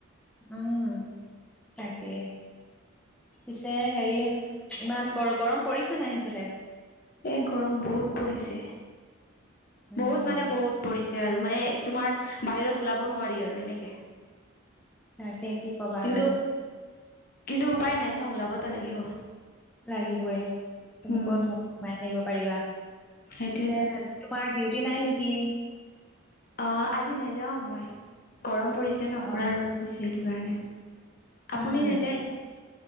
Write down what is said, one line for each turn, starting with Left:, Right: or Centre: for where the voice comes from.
Centre: উম, তাকে। পিছে হেৰি ইমান গৰ গৰম পৰিছে নাই সেইফালে?
Left: এ গৰম বহুত পৰিছে,
Centre: উম
Left: বহুত মানে বহুত পৰিছ তে আৰু মানে তোমাৰ বাহিৰত ওলাব নোৱাৰি আৰু এনেকে।
Centre: তাকে। কি কবা
Left: কিন্তু
Centre: আৰু
Left: কিন্তু উপায় নাই ন ওলাবত লাগিব।
Centre: লাগিবয়ে তেনেকুৱা
Left: উম
Centre: <unintelligible> সোমাই থাকিব পাৰিবা
Left: সেইটোয়ে
Centre: পিছে তোমাৰ ডিউটি নাই নেকি?
Left: অ, আজি নেযাও মই, গৰম পৰিছে ন
Centre: অ
Left: পুৰা ৰ'দ দিছে সেইটো কাৰণে। আপুনি
Centre: উম
Left: নেযায়?